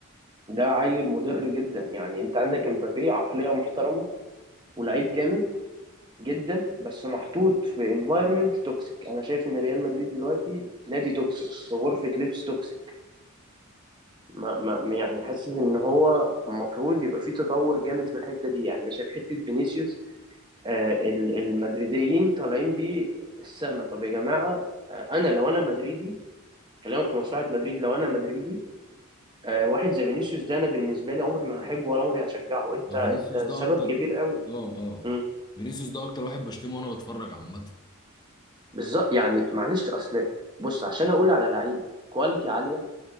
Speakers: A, on the right; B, on the left.
A: ده عيل مضر جدا يعني انت عندك امبابي عقلية محترمة ولعيب جامد جدا بس محطوط في انفايرمنت توكسيك انا شايف ان ريال مدريد دلوقتي نادي توكسيك بغرفة لبس توكسيك ما ما يعني حاسس ان هو المفروض يبقى في تطور جامد في الحته دي يعني انا شايف حته فينيسيوس آه، ال- المدريديين طالعين بيه السما طب يا جماعه آه، انا لو انا مدريدي كلامك في مصلحه مدريد لو انا مدريدي آه، واحد زي فينيسيوس ده انا بالنسبه لي عمري ما هحبه ولا عمري هشجعه انت
B: ما
A: انت
B: فينيسيوس ده
A: سبب
B: اكتر
A: كبير
B: اه
A: قوي
B: اه
A: مم.
B: فينيسيوس ده اكتر واحد بشتمه وانا بتفرج عامه
A: بالظبط يعني معلش اصل بص عشان اقول على لعيب كواليتي عاليه